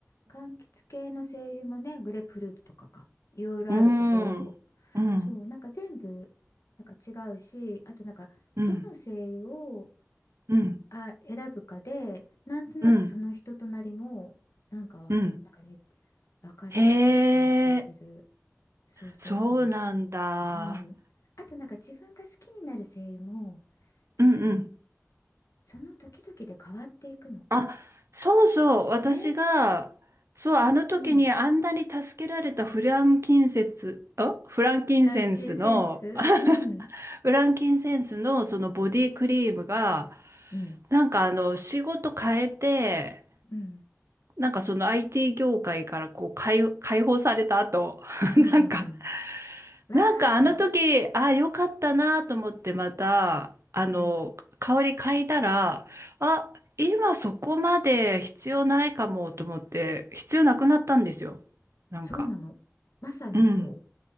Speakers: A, on the left; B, on the right.
A: 柑橘系の精油もね、グレープフルーツとかか、いろいろあるけど、
B: うんうんうん
A: そう、なんか全部なんか違うし、あとなんかどの精油を
B: うんうんうん
A: あ選ぶかで、なんとなくその人となりもなんかわ、
B: うんうん
A: なんかね、分かってくる感じがする。
B: へえ、
A: そうそうそ
B: そうなんだ。
A: う。うん、あとなんか自分が好きになる声優も
B: うんうん。
A: なんかねその時々で変わっていくの。
B: あ、そうそう、私が、
A: ね。
B: そう、あの時にあんなに助けられたフランキンセス、
A: うん。
B: あ、フランキンセンスの、
A: ランキンセンス。
B: <laughs>
A: うん。
B: フランキンセンスのそのボディクリームが、
A: うん。
B: なんかあの、仕事変えて、
A: うん。
B: なんかその IT 業界からこう解、解放された後、
A: うんうんうん。
B: <laughs> なんか、
A: わーってね。
B: なんかあの時、ああ、よかったなと思ってまた、あの、
A: うん。
B: 香り嗅いだら、あ、今そこまで必要ないかもと思って、必要なくなったんですよ。なんか。
A: そうなの。まさにそう。
B: うん。